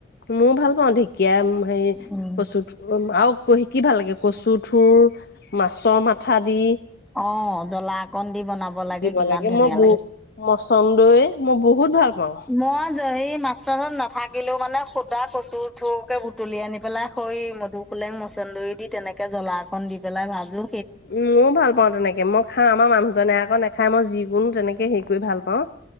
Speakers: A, on the left; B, in the centre.
A: মও ভাল পাওঁ ঢেঁকীয়া হেৰি
B: উম।
A: কচুথু। অ আৰু কি ভাল লাগে কচু থুৰ মাছৰ মাথা দি।
B: অ জ্বলা অকণ দি বনাব
A: দিব
B: কিমান
A: লাগে
B: ধুনীয়া
A: মই বহু মচন্দই মই বহুত ভাল পাওঁ।
B: মই। হেৰি মাছ নাথাকিলেও মানে সুদা কচু থুকে বুটলি আনি পেলাই সৈ মধু পোলেং মচন্দৰী দি তেনেকে জ্বলা অকণ দি পেলাই ভাজো।
A: মইও ভাল পাওঁ তেনেকে মই খাওঁ আমাৰ মানুহজনে আকৌ নেখাই মই যিকোনো তেনেকে হেৰি কৰি ভাল পাওঁ।